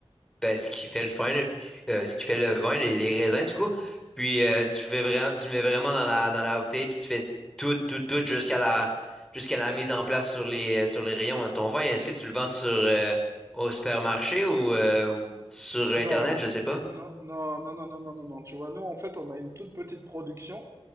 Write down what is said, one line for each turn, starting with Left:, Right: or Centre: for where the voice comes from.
Centre: ben, ce qui fait le vin, euh, ce qui fait le vin, les, les raisins, du coup. Puis, euh, tu fais vraiment, tu le mets vraiment dans la, dans la bouteille, puis tu fais tout, tout, tout jusqu'à la, jusqu'à la mise en place sur les, sur les rayons. Ton vin, est-ce que tu le vends sur, euh, au supermarché ou, euh, ou sur Internet?
Right: Non,
Centre: Je sais pas.
Right: non, non, non, non, non, non, non, non, tu vois, nous en fait on a une toute petite production.